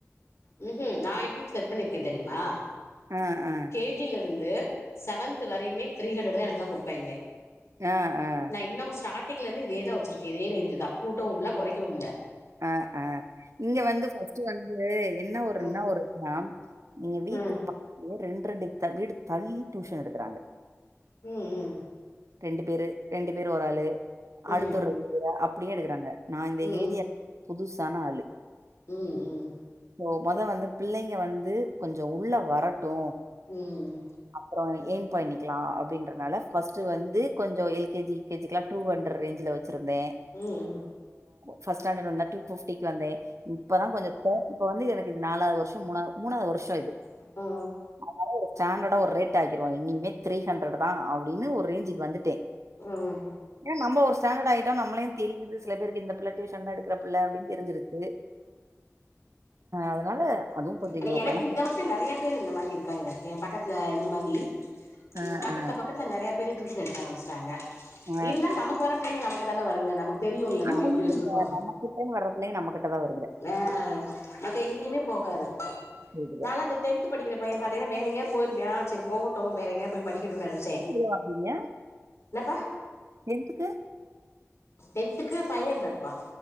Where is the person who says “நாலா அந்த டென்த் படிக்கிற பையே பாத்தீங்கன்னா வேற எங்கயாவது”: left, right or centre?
Left